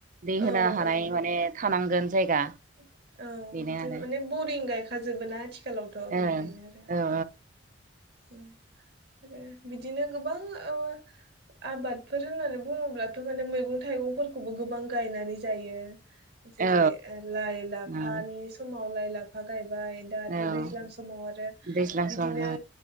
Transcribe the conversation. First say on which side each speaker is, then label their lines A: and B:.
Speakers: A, on the right (about 45°); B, on the right (about 60°).
A: दै
B: औ
A: होनो हानाय
B: औ
A: माने थानांगोन। जायगा
B: <inaudible> औ
A: बेनो
B: जो
A: आरो
B: माने बरिं गायखा जो जोबोना आथि खालावथ
A: औ
B: बेनिखायनो आरो
A: औ
B: उम आरो बिदिनो गोबां ओ आबादफोर होननानै बुङोब्लाथ माने मैगं थाइगंफोरखौबो गोबां गायनानै जायो। जेरै
A: औ
B: लाइ लाफानि
A: औ
B: सम मावलाय लाय लाफा गाय बाय दाथ
A: औ
B: दैज्लां समाव आरो
A: दैज्लां
B: बिदिनो
A: सम औ